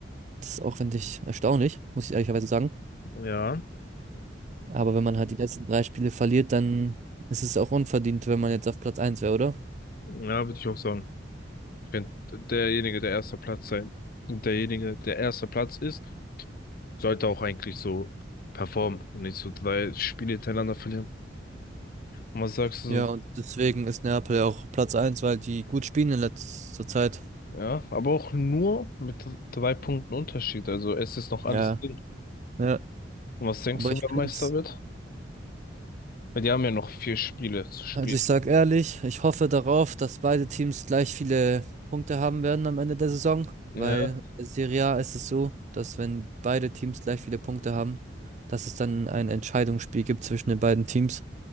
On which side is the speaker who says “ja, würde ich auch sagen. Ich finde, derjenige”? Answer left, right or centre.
Left